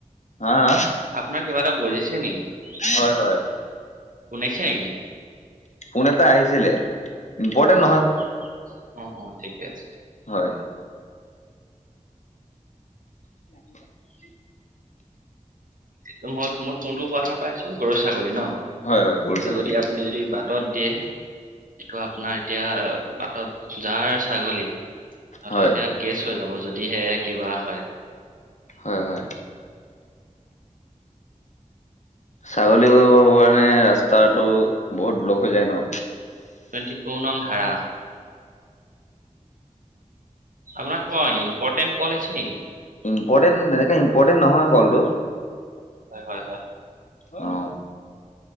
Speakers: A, on the left (about 60°); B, on the right (about 85°).
A: হা?
B: আপোনাৰ কিবা এটা বুজিছে নেকি?
A: হয়, হয়।
B: শুনাইছে নেকি?
A: পোন এটা আহিছিলে। ইম্পৰ্টেণ্ট নহয়
B: অ', অ, অ, ঠিকে আছে।
A: হয়। <inaudible>
B: সটো মই কোনটো কথা পাইছিলো গৰু ছাগলী ন
A: হয় হয় গৰু
B: তো
A: ছাগলী
B: যদি আপুনি যদি বাটত দিয়ে এইটো আপোনাৰ এতিয়া বাটত যাৰ ছাগলী তহঁতৰ
A: হয়
B: এতিয়া কেচ হৈ যাব যদিহে কিবা হয়।
A: হয় হয়। ছাগলী কাৰণে ৰাস্তাটো বহুত ব্লক হৈ যায় ন
B: টুৱেন্টি টো নং ধাৰা
A: <inaudible>
B: আপোনাৰ ক ইম্পৰ্টেণ্ট কলেজ নি
A: ইম্পৰ্টেণ্ট এনেকৈ ইম্পৰ্টেণ্ট নহয় কলটো
B: হয় হয় হয়।
A: অ'